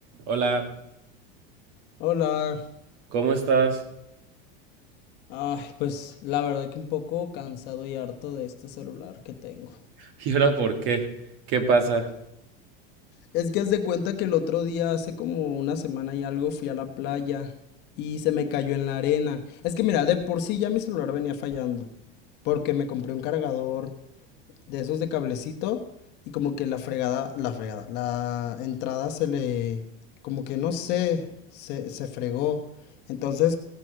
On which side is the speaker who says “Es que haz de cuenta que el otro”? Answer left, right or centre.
Left